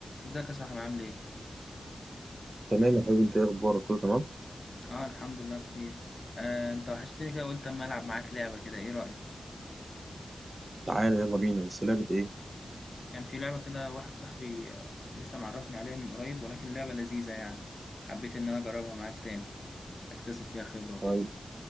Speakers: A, on the left (about 45°); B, on the right (about 40°).
A: ازيك يا صاحبي عامل ايه؟
B: تمام يا حبيبي انت ايه اخبارك كله تمام
A: اه الحمد لله بخير آه انت وحشتني كده قلت اما العب معاك لعبة كده ايه رأيك؟
B: تعالى يلا بينا بس لعبة ايه
A: كان في لعبة كده واحد صاحبي آه لسه معرفني عليها من قريب ولكن لعبة لذيذة يعني حبيت ان انا اجربها معاك تاني اكتسب فيها خبرة وكده
B: طيب